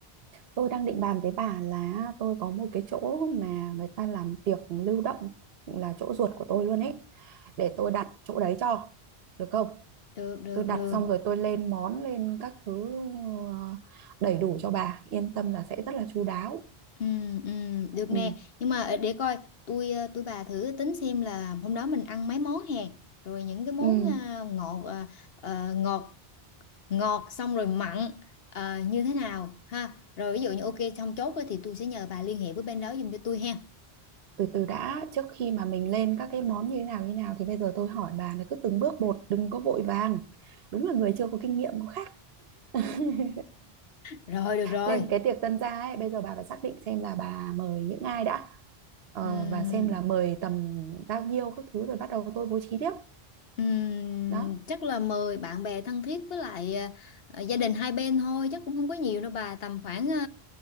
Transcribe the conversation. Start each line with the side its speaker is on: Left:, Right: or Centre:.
Right: Tôi đang định bàn với bà là tôi có một cái chỗ mà người ta làm tiệc lưu động là chỗ ruột của tôi luôn ấy. Để tôi đặt chỗ đấy cho. Được không?
Left: được được
Right: Tôi đặt
Left: được
Right: xong rồi tôi lên món lên các thứ ờ, đầy đủ cho bà, yên tâm là sẽ rất là chu đáo.
Left: Ừm, ừm, được
Right: Ừ.
Left: nè nhưng mà ờ, để coi tôi à, tôi bà thử tính xem là hôm đó mình ăn mấy món hè rồi những cái món
Right: Ừ.
Left: à, ngọt à, à, ngọt ngọt xong rồi mặn ờ, như thế nào ha rồi ví dụ như ok xong chốt á thì tôi sẽ nhờ bà liên hệ với bên đó giùm cho tôi ha
Right: từ từ đã trước khi mà mình lên các cái món như thế nào như thế nào thì bây giờ tôi hỏi bà là cứ từng bước một đừng có vội vàng đúng là người chưa có kinh nghiệm có khác <laughs>
Left: rồi được rồi
Right: lên cái tiệc tân gia ấy bây giờ bà phải xác định xem là bà mời những ai đã ờ,
Left: Ừm,
Right: và xem là mời tầm bao nhiêu các thứ rồi bắt đầu tôi bố trí tiếp
Left: ừm,
Right: đó
Left: chắc là mời bạn bè thân thiết với lại ờ, ờ, gia đình hai bên thôi chắc cũng không có nhiều đâu bà tầm khoảng ờ,